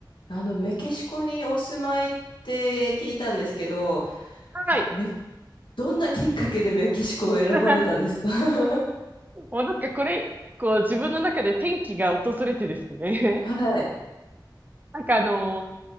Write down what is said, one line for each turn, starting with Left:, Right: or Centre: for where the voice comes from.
Left: あの、メキシコにお住まいって聞いたんですけど、
Right: はい。
Left: め、どんなきっかけでメキシコを選ばれたんですか
Right: <laughs>
Left: <laughs>
Right: もうなんかこれ、こう自分の中で転機が訪れてですね
Left: はい。
Right: <laughs> なんかあの、